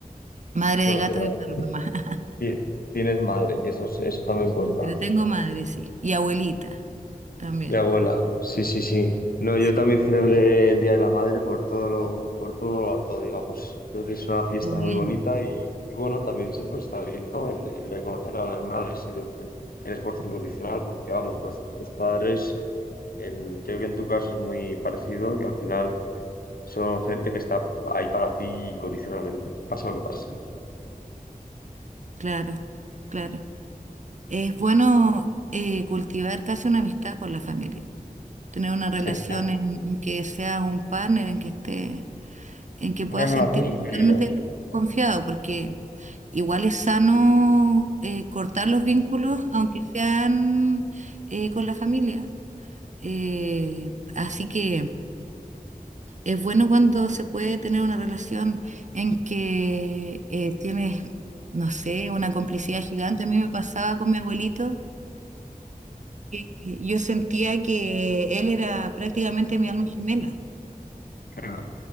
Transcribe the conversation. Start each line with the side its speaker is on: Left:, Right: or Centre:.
Right: madre
Left: Bueno,
Right: de gatos
Left: pero
Right: y perros nomás. <laughs>
Left: Ti- Tienes madre, y eso, es- eso también cuenta.
Right: Pero tengo madre, sí. Y abuelita también,
Left: Y abuela, sí, sí, sí. No, yo
Right: sí.
Left: también celebré el Día de la Madre por todo lo, por todo lo alto, digamos. Creo que es una fiesta
Right: Qué bueno,
Left: muy bonita y, y bueno, también siempre está bien, ¿no? El, el reconocer a las madres el, el esfuerzo incondicional, porque vamos, los, los padres, en- creo que en tu caso es muy parecido, que al final son gente que está ahí para ti incondicionalmente, pase lo que pase.
Right: claro, claro. Es bueno eh, cultivar casi una amistad con la familia, tener una relación
Left: Sí.
Right: en, en que seas un partner, en que esté, en que puedas
Left: Una relación
Right: sentirte
Left: increíble.
Right: totalmente confiado, porque igual es sano eh, cortar los vínculos, aunque sean eh, con la familia. Eh, así que Es bueno cuando se puede tener una relación en que eh, tienes, no sé, una complicidad gigante. A mí me pasaba con mi abuelito. y Yo sentía que él era prácticamente mi alma gemela.
Left: Claro.